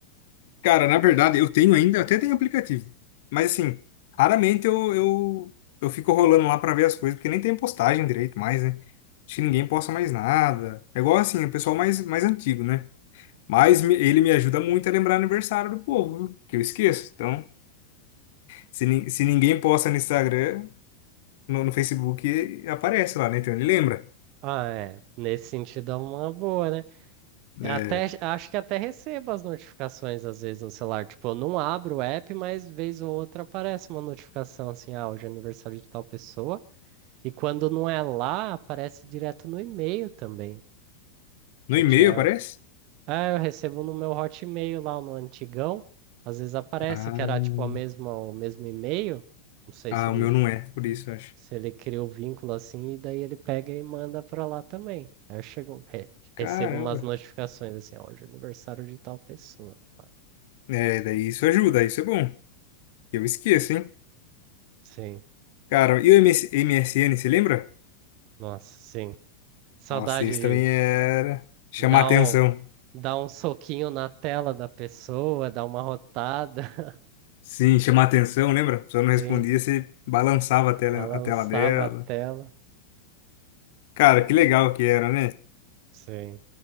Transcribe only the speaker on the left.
Cara, na verdade, eu tenho ainda, eu até tenho aplicativo. Mas assim, raramente eu, eu, eu fico rolando lá pra ver as coisas, porque nem tem postagem direito mais, né? Acho que ninguém posta mais nada. É igual assim, o pessoal mais, mais antigo, né? Mas me- ele me ajuda muito a lembrar aniversário do povo, viu? que eu esqueço. Então, se, nin- se ninguém posta no Instagram, no, no Facebook, aparece lá, né? Então ele lembra.
É,
no
e-mail
aparece?
Ah,
ah,
o meu não é, por isso, eu acho.
Caramba.
É, daí isso ajuda, isso é bom. Eu esqueço, hein?
Cara, e o MS MSN, você lembra?
Nossa, esse também
era chamar
atenção.
Sim, chamar atenção, lembra? A pessoa não
respondia, você balançava a tela,
a tela dela.
Cara, que legal que era, né?